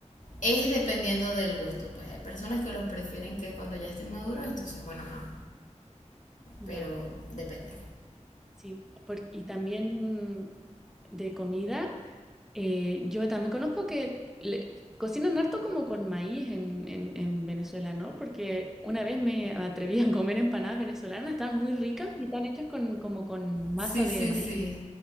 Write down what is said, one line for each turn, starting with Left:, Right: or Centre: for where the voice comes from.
Left: Es
Centre: Ah, mira,
Left: dependiendo del gusto, pues. Hay personas que los prefieren que cuando ya estén maduros, entonces, bueno, ajá,
Centre: ya,
Left: pero depende.
Centre: sí. por- y también de comida. Eh, yo también conozco que le- cocinan harto como con maíz en, en- en Venezuela, ¿no? Porque una vez me atreví a comer empanadas venezolanas, están muy ricas y están hechas con, como con masa
Left: Sí,
Centre: de
Left: sí,
Centre: maíz.
Left: sí.